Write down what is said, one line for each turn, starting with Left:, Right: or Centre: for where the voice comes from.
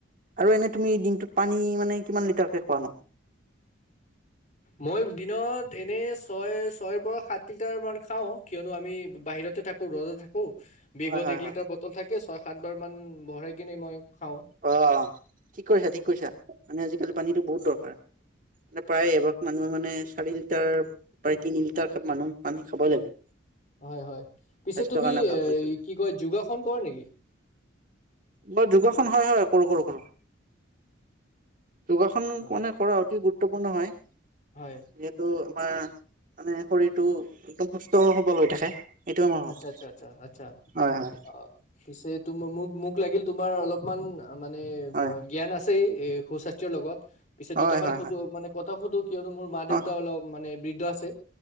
Right: আৰু এনে তুমি দিনটোত পানী মানে কিমান লিটাৰকে খোৱ নো <inaudible>
Left: মই দিনত এনেই ছয় ছয়ৰ পৰা সাত লিটাৰ মান খাও কিয়নো আমি বাহিৰতে থাকো ৰ'দত থাকো বিগত
Right: হয় হয়
Left: এক লিটাৰ
Right: হয়
Left: বটল থাকে ছয় সাত বাৰ মান। বঢ়ই কিনে মই। খাওঁ
Right: অ' ঠিক কৰিছা ঠিক কৰিৈছা মানে আজিকালি পানীত। সটো বহুত দৰকাৰ মানে প্ৰায় এবাগ মানুহে মানে চাৰি লিটাৰ প্ৰ তিনি লিটাৰ মানুহ পানী খাবই লাগে।
Left: হয় -হয় পিছে
Right: স্বাস্থ্যৰ
Left: তুমি
Right: কাৰণে ভাল
Left: এ
Right: কৈছা।
Left: কি কয় যোগাসন কৰ নেকি!
Right: বৰ হয় হয় কৰো কৰো কৰো যোগাসন
Left: অ
Right: মানে কৰা অতি গুৰুত্ব। গুৰুত্বপূৰ্ণ হয়।
Left: হয়
Right: যিহেতু আমাৰ মানে শৰীৰটো একদম সুস্থ হব লৈ থাকে। এইটোৱে মই ভাবো
Left: আচ্ছা- আচ্ছা - আচ্ছা - আচ্ছা
Right: হয় হয়
Left: অহ পিছে মোক -মোক লাগিল তোমাৰ অলপমান মানে
Right: হয়
Left: জ্ঞান আছে। হে সু স্বাস্থ্যৰ লগত। পিছে
Right: হয়
Left: দুটা মানে
Right: হয়
Left: সুধো
Right: হয়
Left: মান কত ত সুদো। কিয়নো মোৰ মা দেউতা
Right: অ
Left: অলপ মানে বৃদ্ধ আছে।